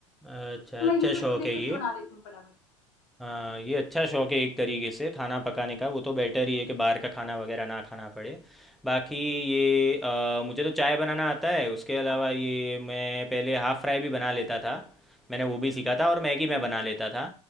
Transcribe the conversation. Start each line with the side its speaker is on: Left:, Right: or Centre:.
Centre: अच्छा
Left: तो मैं
Centre: अच्छा
Left: यूट्यूब
Centre: शौक
Left: से देख
Centre: है
Left: करके
Centre: ये
Left: बना लेती हूँ फटाफट
Centre: हाँ ये अच्छा शौक है एक तरीके से खाना पकाने का वो तो बेटर ही है कि बाहर का खाना वगैरह ना खाना पड़े बाकी ये अ, मुझे तो चाय बनाना आता है उसके अलावा
Left: हाँ
Centre: ये मैं पहले हाफ़ फ्राई भी बना लेता था मैंने
Left: ओके
Centre: वो भी सीखा था और
Left: हम्म
Centre: मैगी मैं बना
Left: हम्म।
Centre: लेता था